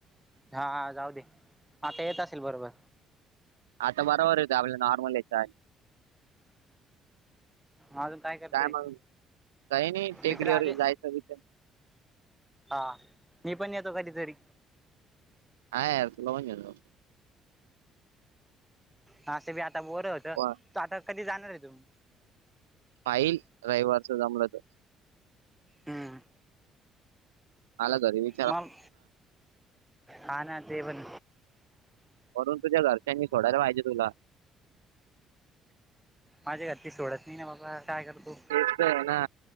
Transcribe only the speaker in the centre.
हा हा जाऊदे. आता येत असेल बरोबर.
अजून करतोय
मित्र आले
हा. मी पण येतो कधीतरी.
हा असं बी आता बोर होत.
तू आता कधी जाणार आहे तुम्ही?
हं.
माल, हा ना ते पण.
माझ्या घरचे सोडत नाही ना बाबा. काय करतो?